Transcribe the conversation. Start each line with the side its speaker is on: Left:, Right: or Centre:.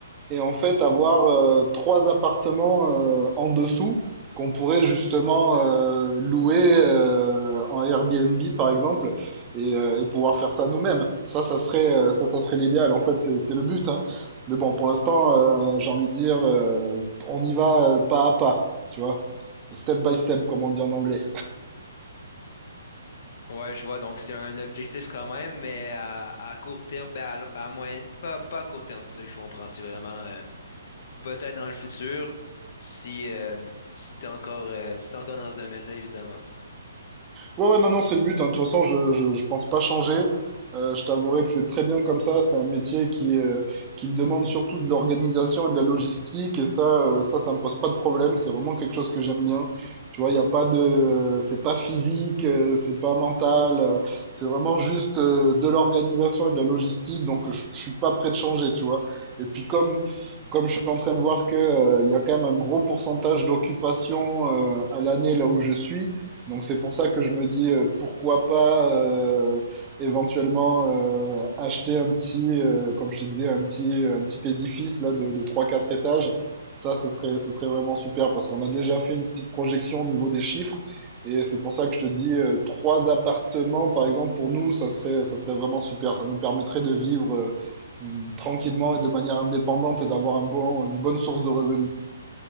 Right: et en fait avoir euh, trois appartements euh, en dessous qu'on pourrait justement euh, louer euh, en Airbnb par exemple et, euh, et pouvoir faire ça nous-mêmes. Ça, ça serait euh, ça, ça serait l'idéal. En fait, c'est c'est le but, hein. Mais bon, pour l'instant, euh, j'ai envie de dire, euh, on y va euh, pas à pas, tu vois, step by step, comme on dit en anglais.
Left: Ouais, je vois. Donc, c'est un objectif quand même, mais à, à court terme, ben à, lo- à moyen, pas, pas à court terme, c'est ça que je comprends. C'est vraiment euh, peut-être dans le futur, si, euh, si t'es encore, euh, si t'es encore dans ce domaine-là, évidemment. tu sais.
Right: Ouais, ouais, non, non, c'est le but. hein. De toute façon, je, je, je pense pas changer. Euh, je t'avouerai que c'est très bien comme ça. C'est un métier qui, euh, qui me demande surtout de l'organisation et de la logistique. Et ça, euh, ça, ça me pose pas de problème. C'est vraiment quelque chose que j'aime bien. Tu vois, il y a pas de, c'est pas physique, euh, c'est pas mental. euh, c'est vraiment juste euh, de l'organisation et de la logistique. Donc, je, je suis pas prêt de changer, tu vois. Et puis, comme, comme je suis en train de voir que, euh, il y a quand même un gros pourcentage d'occupation, euh, à l'année là où je suis. Donc c'est pour ça que je me dis euh, pourquoi pas euh, éventuellement euh, acheter un petit, euh, comme je te disais, un petit, un petit édifice là de, de 3-4 étages. Ça, ce serait, ce serait vraiment super parce qu'on a déjà fait une petite projection au niveau des chiffres. Et c'est pour ça que je te dis euh, trois appartements, par exemple, pour nous, ça serait, ça serait vraiment super. Ça nous permettrait de vivre euh, tranquillement et de manière indépendante et d'avoir un bon, une bonne source de revenus.